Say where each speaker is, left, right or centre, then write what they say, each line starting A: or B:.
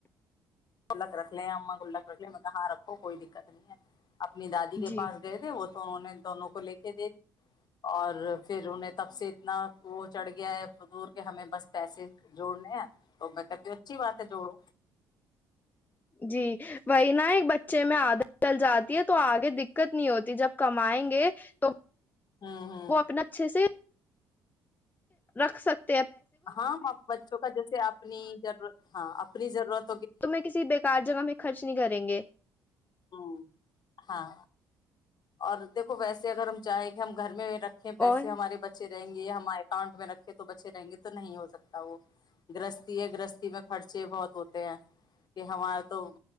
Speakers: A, on the left; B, on the left.
A: انہوں نے کہا اماں گلک رکھ لیں ہم گلک رکھ لیں تو میں نے کہا ہاں کوئی دقت نہیں ہے اپنے دادی کے
B: جی
A: پاس گئے تھے وہ تو انہوں نے دو اور پھر انہیں تب سے اتنا کو چڑھ گیا ہے فضول کہ ہمیں بس پیسے جوڑنے ہیں تو میں کہتی ہوں اچھی بات ہے جوڑو
B: جی واہا نہ ایک۔ بچے میں عادت ڈل جاتی ہے تو اگے دقت نہیں ہوتی جب کمائیں گے تو۔
A: ہوں ہوں
B: وہ اپنا اچھے سے۔ رکھ سکت۔
A: ہاں بچوں کا جیسے اپنے جب۔ ہاں اپنی ضرورت۔
B: تمہیں کسی بیکار جگہ میں خرچ نہیں کریں گے۔
A: ہم ہاں۔ اور دیکھو ویسے۔ اگر ہم چاہیں گے ہم گھر میں رہتے۔ رکھے پیسے
B: اور
A: ہمارے بچے۔ یہ ہمارے اکاؤنٹ میں رکھ کے تو بچے رہیں گے تو نہیں ہو سکتا وہ گرستی ہے گرستی کا خرچے بہت ہوتے ہیں کہ ہمارا تو